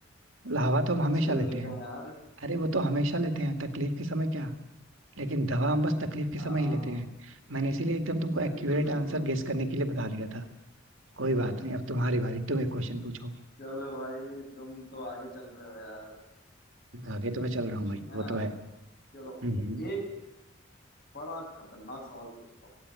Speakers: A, on the right (about 80°); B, on the left (about 50°).
A: मतलब हवा तो हम
B: ऑक्सीजन
A: हमेशा लेते
B: देते
A: हैं
B: हैं यार
A: अरे वो तो हमेशा लेते हैं तकलीफ के समय क्या लेकिन दवा हम बस तकलीफ के
B: हाँ
A: समय ही लेते हैं मैंने इसीलिए एकदम तुमको एक्यूरेट
B: बिल्कुल बिल्कुल
A: आंसर गेस करने के लिए बता दिया था कोई बात नहीं अब तुम्हारी बारी तुम एक क्वेश्चन पूछो
B: चलो भाई तुम तो आगे चल रहे हो यार
A: आगे तो मैं चल रहा हूँ भाई
B: है
A: वो
B: ना
A: तो है
B: चलो
A: हम्म,
B: एक बड़ा खतरनाक सवाल पूछता हूँ